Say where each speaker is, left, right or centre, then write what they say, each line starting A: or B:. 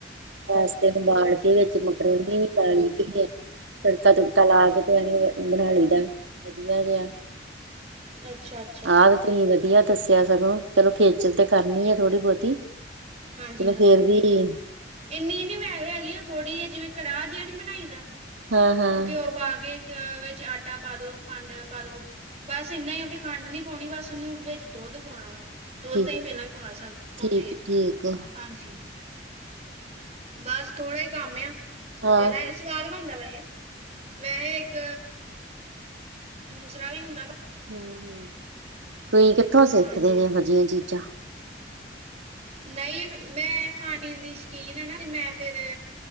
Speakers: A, on the right; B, on the right.
A: ਪਾਸਤੇ ਨੂੰ ਬਾਲ ਕੇ ਵਿੱਚ ਮਕਰੋਂਨੀ ਵੀ ਪਾ ਲਈ ਦੀ ਆ ਤੜਕਾ ਤੁੜਕਾ ਲਾ ਕੇ ਤੇ ਐ ਬਣਾ ਲਈ ਦਾ ਵਧੀਆ ਜਿਹਾ
B: ਅੱਛਾ ਅੱਛਾ
A: ਆਹ ਤੇ ਤੁਸੀਂ ਵਧੀਆ ਦੱਸਿਆ ਸਗੋ ਖੇਚਲ ਤੇ ਕਰਨੀ ਐ ਥੋੜੀ ਬਹੁਤੀ
B: ਹਾਂਜੀ,
A: ਚਲੋ
B: ਹਾਂਜੀ
A: ਫੇਰ ਵੀ
B: ਇੰਨੀ ਨੀ ਵੈਸੇ ਹੈਗੀ ਥੋੜ੍ਹੀ ਜੀ ਜਿਵੇਂ ਕੜਾਹ ਜਿਹਾ ਨੀ ਬਣਾਈ ਦਾ
A: ਹਾਂ ਹਾਂ
B: ਘਿਓ ਪਾ ਕੇ ਵਿ ਆਟਾ ਪਾ ਦੋ ਖੰਡ ਪਾ ਦੋ ਬਸ ਇੰਨਾ ਈ ਆ ਵੀ ਖੰਡ ਨੀ ਪਾਉਣੀ ਬਸ ਉਹਨੂੰ ਵਿੱਚ ਦੁੱਧ ਪਾਉਣਾ ਵਾ ਦੁੱਧ
A: ਠੀਕ
B: ਤਾਂ ਅਸੀਂ ਪਹਿਲਾਂ ਵੀ ਪਾ ਪਾਉਣੇ
A: ਠੀਕ
B: ਆ।
A: ਠੀਕ
B: ਹਾਂਜੀ, ਬਸ ਥੋੜਾ ਹੀ ਕੰਮ ਆ ਜ਼ਿਆਦਾ
A: ਹਾਂ
B: ਇਹ ਸਵਾਦ ਬਣਦਾ ਵੈਸੇ ਵੈਸੇ ਇੱਕ ਦੂਸਰਾ ਵੀ ਹੁੰਦਾ।
A: ਹੂੰ ਹੂੰ, ਤੁਸੀਂ ਕਿੱਥੋਂ ਸਿੱਖਦੇ
B: ਹਾਂਜੀ
A: <unintelligible> ਵਧੀਆ ਚੀਜ਼ਾ
B: ਨਹੀਂ ਮੈਂ ਖਾਣ ਪੀਣ ਦੀ ਸ਼ਕੀਨ ਆ ਨਾ ਤੇ ਮੈਂ ਫਿਰ